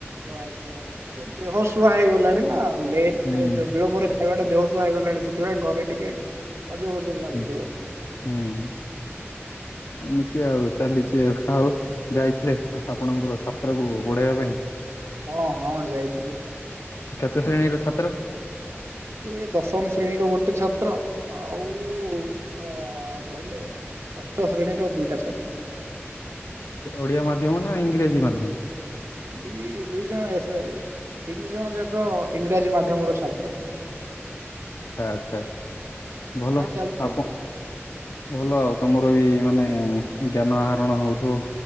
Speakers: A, on the right; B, on the left.
A: ବାସ୍ ବାସ୍ ଦେହ ସୁହା ହେଇଗଲାଣି। ନା ଲେଟ୍
B: ହୁଁ
A: ବିଳମ୍ବରେ ଖାଇବାଟା ଦେହସୁହା ହେଇଗଲାଣି ସେଥିପାଇଁ ଘରେ ଟିକେ ଅଜବ ଅଜବ ଲାଗୁଥିବ।
B: ହୁଁ ହୁଁ ଏମିତି ଆଉ ଚାଲିଛି ଆଉ ଯାଇଥିଲେ ଆପଣଙ୍କର ଛାତ୍ରକୁ ପଢେଇବା ପାଇଁ।
A: ହଁ ହଁ ଯାଇଥିଲି।
B: କେତେ ଶ୍ରେଣୀର ଛାତ୍ର?
A: ସେ ଦଶମ ଶ୍ରେଣୀର ଗୋଟେ ଛାତ୍ର ଆଉ ଅ ରହିଲେ। ଷଷ୍ଠ ଶ୍ରେଣୀର ଦୁଇଟା ଛାତ୍ର।
B: ଓଡିଆ ମାଧ୍ୟମ ନା ଇଂରାଜୀ ମାଧ୍ୟମ।
A: ଦି ଦୁଇ ଜଣ ତିନି ଜଣ ଯାକ ଇଂରାଜୀ ମାଧ୍ୟମର ଛାତ୍ର।
B: ଆଚ୍ଛା ଆଚ୍ଛା। ଭଲ
A: ପଢା ଚାଲଛି।
B: ଆପଣ ଭଲ ଆଉ ତମର ବି ମାନେ ଜ୍ଞାନ ଆହରଣ ହଉଥିବ।